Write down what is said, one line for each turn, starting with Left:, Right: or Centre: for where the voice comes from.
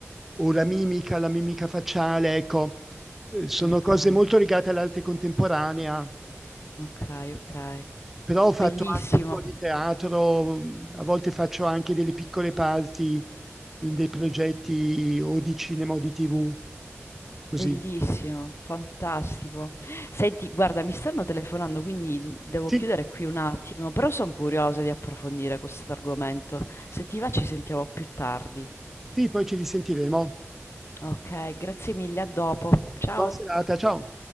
Centre: o la mimica, la mimica facciale, ecco, eh, sono
Left: okay,
Centre: cose molto legate all'arte contemporanea,
Left: okay, okay.
Centre: però ho fatto
Left: Bellissimo,
Centre: anche un po' di teatro, a volte faccio anche delle piccole parti in dei progetti o di cinema o di tv, così.
Left: bellissimo, fantastico. Senti, guarda, mi stanno telefonando, quindi devo
Centre: Sì,
Left: chiudere qui un attimo, però sono curiosa di approfondire questo argomento. Se ti va ci sentiamo più tardi.
Centre: sì, poi ci risentiremo.
Left: Ok, grazie mille, a dopo. Ciao.
Centre: Buona serata, ciao.